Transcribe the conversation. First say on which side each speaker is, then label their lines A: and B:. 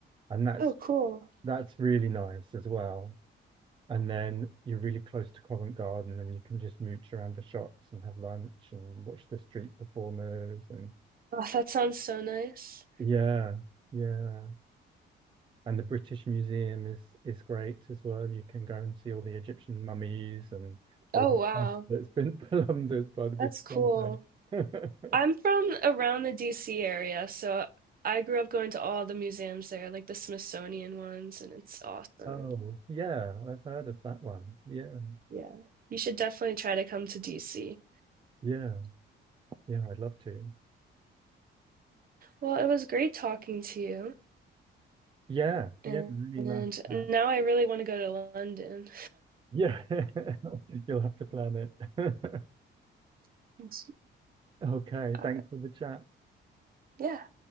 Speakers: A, on the right; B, on the right.
A: and that's
B: Oh, cool.
A: that's really nice as well. And then you're really close to Covent Garden and you can just mooch around the shops and have lunch and watch the street performers and
B: Oh, that sounds so nice.
A: yeah, yeah. And the British Museum is is great as well. You can go and see all the Egyptian mummies and all
B: Oh,
A: the
B: wow.
A: stuff that's been <laughs> plundered by the British
B: That's cool.
A: Empire. <laughs>
B: I'm from around the DC area, so I grew up going to all the museums there, like the Smithsonian ones, and it's awesome.
A: Oh, yeah, I've heard of that one. Yeah,
B: Yeah. You should definitely try to come to DC.
A: yeah, yeah, I'd love to.
B: Well, it was great talking to you.
A: Yeah,
B: And
A: yeah, really nice chat.
B: now I really want to go to London.
A: Yeah, <laughs> you'll have to plan it. <laughs>
B: <laughs> All
A: Okay,
B: right.
A: thanks for the chat.
B: Yeah.